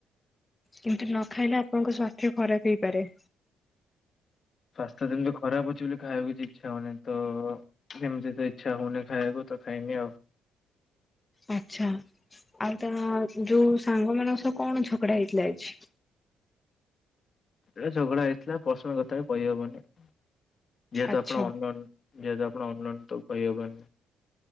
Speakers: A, on the left; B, on the left.
A: କିନ୍ତୁ ନ ଖାଇଲେ ଆପଣଙ୍କ ସ୍ଵାସ୍ଥ୍ୟ ଖରାପ ହେଇପାରେ।
B: ସ୍ଵାସ୍ଥ୍ୟ ଯେମିତି ଖରାପ ଅଛି ବୋଲି ଖାଇଆକୁ କିଛି ଇଚ୍ଛା ହଉନି ତ ଏମିତିରେ ତ ଇଚ୍ଛା ହଉନି ଖାଇଆକୁ ତ ଖାଇନି ଆଉ।
A: ଆଚ୍ଛା ଆଉ ତମ ଯୋଉ ସାଙ୍ଗମାନଙ୍କ ସହ କଣ ଝଗଡା ହେଇଥିଲା ଆଜି?
B: ଏଟା ଝଗଡା ହେଇଥିଲା ପର୍ସନାଲ କଥା ଏ କହିହବନି ଯେହେତୁ
A: ଆଚ୍ଛା।
B: ଆପଣ ଅନୋ ଯଦପଣ ଅଲାଇନ ତ କହିହି ହବନି।